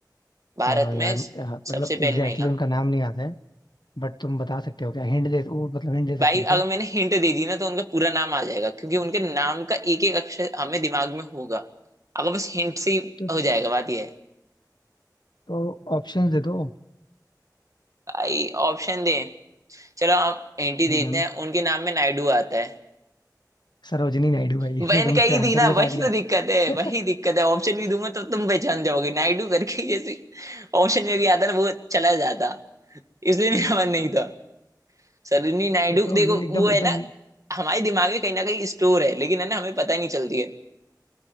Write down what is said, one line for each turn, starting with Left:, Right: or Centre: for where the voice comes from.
Right: भारत
Left: अ,
Right: में
Left: यार
Right: स-
Left: अ, मतलब
Right: सबसे पहली
Left: एग्जैक्टली
Right: महिला
Left: exactly उनका नाम नहीं आता है बट तुम बता सकते हो क्या हिंट दे वो मतलब हिंट दे सकते
Right: भाई
Left: हो क्या
Right: अगर मैंने हिंट दे दी ना तो उनका पूरा नाम आ जाएगा क्योंकि उनके नाम का एक एक अक्षर हमें दिमाग में होगा अगर बस हिंट से ही
Left: तो
Right: हो जाएगा बात यह है
Left: तो ऑप्शंस दे दो
Right: भाई ऑप्शन दें चलो हम हिंट ही देते
Left: हम्म
Right: हैं उनके नाम में नायडू आता है
Left: सरोजिनी नायडू है ये
Right: बहन
Left: तो तुमने
Right: का ही
Left: फिर
Right: दी
Left: आंसर
Right: ना
Left: ही बता
Right: वही
Left: दिया
Right: तो दिक्कत है
Left: <laughs>
Right: वही दिक्कत है ऑप्शन भी दूंगा तो तुम पहचान जाओगे नायडू करके जैसे ऑप्शन में भी आता ना वो चला जाता इसलिए मेरा मन नहीं था सरोजिनी नायडू
Left: ये तो
Right: देखो
Left: ये एकदम
Right: वो है
Left: एकदम
Right: ना हमारे दिमाग में कहीं ना कहीं स्टोर है लेकिन है ना हमें पता ही नहीं चलती है